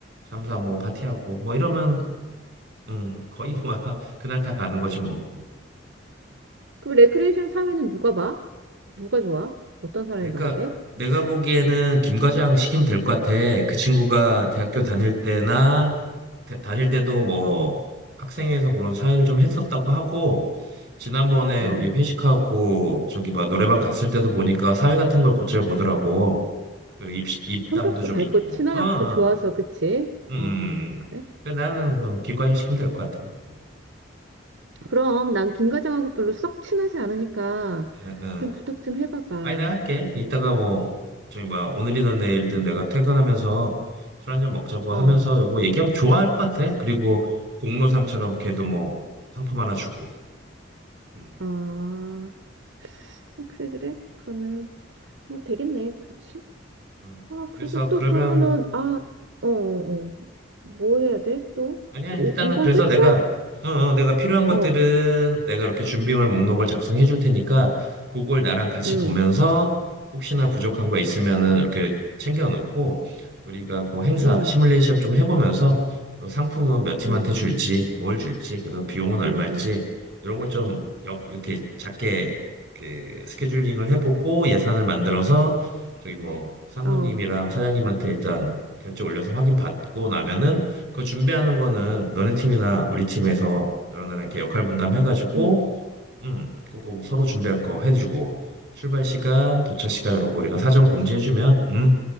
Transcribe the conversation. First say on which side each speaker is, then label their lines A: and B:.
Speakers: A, on the right (about 50°); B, on the right (about 75°).
A: 삼삼오오 파티하고 뭐 이러면 음 거의 뭐 <laughs> 그날 다 가는 거지 뭐. 음.
B: 그럼 레크레이션 사회는 누가 봐? 누가 좋아? 어떤 사람이
A: 내가
B: 봐야 돼?
A: 내가 보기에는 김 과장 시키면 될 것 같아. 그 친구가 대학교 다닐 때나 대- 다닐 때도 뭐
B: 어,
A: 학생회에서 그런 사회를 좀 했었다고 하고 지난번에
B: 어.
A: 우리 회식하고 저기 막 노래방 갔을 때도 보니까 사회 같은 걸 곧잘 보더라고. 그 입, 입담도
B: 성격도
A: 좀
B: 밝고
A: 있고.
B: 친화력도
A: 어, 어.
B: 좋아서 그치?
A: 음, 음.
B: 어, 어, 그래?
A: 음, 음. 그 나는 그럼 김과장 시키면 될 것 같아. 음.
B: 그럼 난 김 과장하고 별로 썩 친하지 않으니까
A: 응, 응.
B: 좀 부탁 좀 해봐봐.
A: 아니 내가 할게. 이따가 뭐 저기 뭐야 오늘이든 내일든 내가 퇴근하면서 술 한잔 먹자고
B: 어,
A: 하면서 요거 얘기하면 좋아할 것 같아. 그리고 공로상처럼 걔도 뭐 상품 하나 주고. 음,
B: 어, 아, 그래, 그래? 그러면은
A: 음.
B: 뭐 되겠네, 그렇지?
A: 음.
B: 아, 그리고
A: 그래서
B: 또
A: 그러면
B: 그러면은 아, 어, 어, 어. 뭐 해야 돼? 또?
A: 아니야,
B: 이,
A: 일단은
B: 이건
A: 그래서
B: 끝이야?
A: 내가, 어, 어, 내가 필요한 것들은
B: 어,
A: 내가 이렇게 준비물 목록을 작성해 줄 테니까, 그걸 나랑 같이
B: 응,
A: 보면서 혹시나 부족한 거 있으면은 이렇게 챙겨 놓고, 우리가 그 행사
B: 응,
A: 시뮬레이션 좀 해보면서 어, 상품은 몇 팀한테
B: 응,
A: 줄지, 뭘 줄지, 그래서 비용은 얼마일지,
B: 응, 응,
A: 이런 걸 좀 이렇게 작게 그 스케줄링을 해보고 예산을 만들어서 저기 뭐 상무님이랑
B: 어,
A: 사장님한테 일단 결제 올려서 확인 받고 나면은 그 준비하는 거는 너네 팀이나 우리 팀에서 너랑 나랑 이렇게 역할 분담 해가지고,
B: 응,
A: 음, 그거 서로 준비할 거 해주고, 출발 시간, 도착 시간
B: 어,
A: 이런 거 우리가 사전
B: 치마
A: 공지해주면,
B: 시간, 도시
A: 음,
B: 시간,